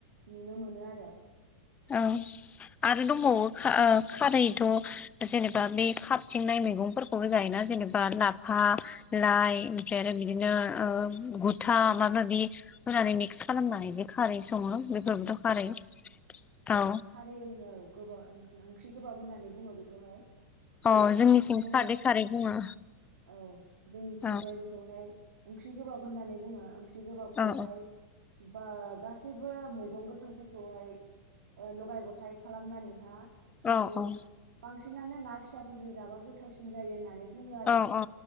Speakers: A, on the right; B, on the left.
A: नुनो मोनो आरो
B: औ आरो दंबावो खा ओ खारैथ जेनेबा बे खाबथिंनाय मैगंफोरखौबो जायोना जेनेबा लाफा लाइ ओमफ्राय आरो बिदिनो ओ गुथा माबा माबि होनानै मिक्स खालामनानै जे खारै सङो बेफोरबोथ खारै औ
A: खारै ओं औ गोबा ओं-ओंख्रि गोबाब होननानै बुङो बेखौहाय
B: अ
A: बांसिनानो
B: जोंनिसिं खारदै खारै बुङो
A: औ जोंनिथिंजाय
B: औ
A: बेखौहाय ओंख्रि गोबाब होननानै बुङो ओं ख्रि गोबाबखौहाय
B: औ
A: बा गासैबो मैगं गोथांफोरखौहाय ओ लगाय गथाय खालामनानैहा बेखौ
B: औ औ
A: बांसिन नानो ना फिसाफोरजों जाबा गोथावसिन जायो होननानै बुङो आरो
B: औ औ